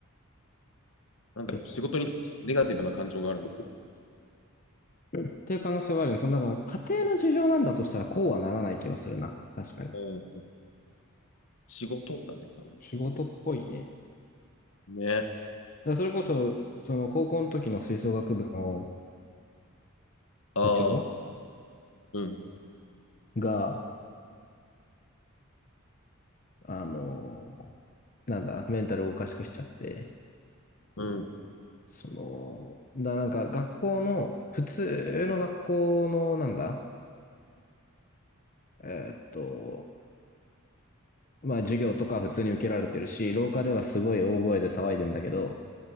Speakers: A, on the left; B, on the left.
A: なんだろう、
B: 結構
A: 仕事にネガティブな感情があるのかな。
B: っていう可能性はあるよね。その、だから家庭の事情なんだとしたらこうはならない気はするな。確かに。
A: うん、仕事だね、多分。
B: 仕事っぽいね。
A: うんね。
B: だからそれこそ、その高校の時の吹奏楽部の
A: ああ、
B: 部長
A: うん、
B: が、あのー、なんだ、メンタルをおかしくしちゃって、
A: うん、
B: その、だなんか学校の、普通の学校の、なんだ、えーっと、まあ授業とかは普通に受けられてるし、廊下ではすごい大声で騒いでんだけど、